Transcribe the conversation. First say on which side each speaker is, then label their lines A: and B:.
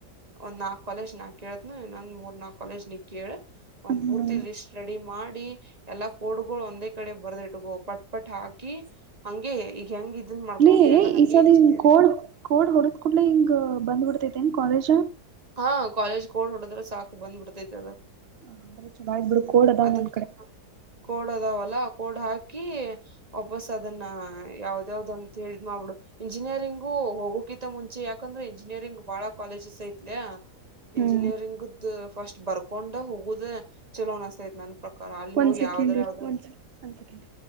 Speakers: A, on the right (about 25°); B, on the right (about 75°).
A: ಒಂದು ನಾಕ್ ಕಾಲೇಜ್ ಕೇಳ್ದ್ನ ಎನ್ ಮೂರ್ ನಾ ಕಾಲೇಜ್ ನಿ ಕೇಳ ಒಂದ್
B: ಹ್ಮ್
A: ಪೂರ್ತಿ ಲಿಸ್ಟ್ ರೆಡಿ ಮಾಡಿ ಎಲ್ಲಾ ಫೋ <unintelligible> ಒಂದೇ ಕಡೆ ಬರ್ದ ಇಟ್ಕೋ ಪಟ್ ಪಟ್ ಹಾಕಿ ಹಂಗೆ ಹೆಂಗ್ ಇದನ್ ಮಾಡ್ಕೊಂಡಿ
B: ಇಲ್ಲಿ
A: ಅಲ್ಲ ಹಂಗೆ
B: ಈ ಸಾರಿಂಗ
A: ಇಂಜಿನಿಯರಿಂಗ್
B: ಕೋಡ್ ಕೋಡ್ ಹೊಡೆದ್ ಕೂಡ್ಲೆ ಹಿಂಗ ಬಂದ್ ಹೊಡುದ್ ಕೂಡ್ಲೆ ಕಾಲೇಜ.
A: ಹಾ ಕಾಲೇಜ್ ಕೋಡ್ ಹೊಡದ್ರ ಸಾಕ್ ಬಂದ್ ಬಂಡ್ಬಿಥೈತ್ ಅದ
B: ಹ ಅಂದ್ರೆ ಚಲೋಗಬಿಡು ಕೋಡ್ ಅದಾವ್
A: ಅದಕ್ಕ
B: ಒಂದ ಕಡೆ.
A: ಕೋಡ್ ಅದಾವಲ್ಲ ಕೋಡ್ ಹಾಕಿ ವಾಪಸ್ ಅದನ್ನ ಯಾವ್ದ ಯಾವ್ದ ಅಂತ ಹೇಳ್ ಮಾಡ್ಬಿಡು ಇಂಜಿನಿಯರಿಂಗು ಹೋಗೋಕಿತ ಮುಂಚೆ ಯಾಕಂದ್ರೆ ಇಂಜಿನಿಯರಿಂಗ್ ಬಾಳ ಕಾಲೇಜಸ್ ಐತ್ಲ ಇಂಜಿನಿಯರಿಂಗದ
B: ಹ್ಮ್
A: ಫಸ್ಟ್ ಬರ್ಕೊಂಡ ಹೋಗುದ ಚಲೋ ಅನಸ್ತತ್ ನನ್ ಪ್ರಕಾರ ಅಲ್ಲಿ
B: ಒಂದ್
A: ಹೋಗಿ
B: ಸೆಕೆಂಡ್
A: ಯಾವ್ದ್ರ ಯಾವ್ದ್ರ
B: ಒಂದ್ ಸೆಕೆಂಡ್ ಒಂದ್ ಸೆಕೆಂಡ್